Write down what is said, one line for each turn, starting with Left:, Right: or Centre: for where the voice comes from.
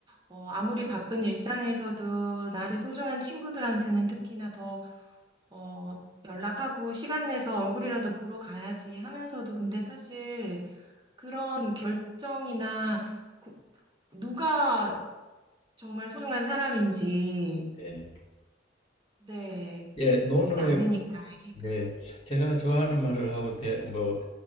Right: 어, 아무리 바쁜 일상에서도 나한테 소중한 친구들한테는 특히나 더, 어, 연락하고 시간 내서 얼굴이라도 보러 가야지 하면서도 근데 사실 그런 결정이나 고- 누가 정말 소중한 사람인지
Left: 예,
Right: 네.
Left: 예, 노는
Right: 쉽지 않으니까, 아기가.
Left: 네, 제가 좋아하는 말을 하고 대, 뭐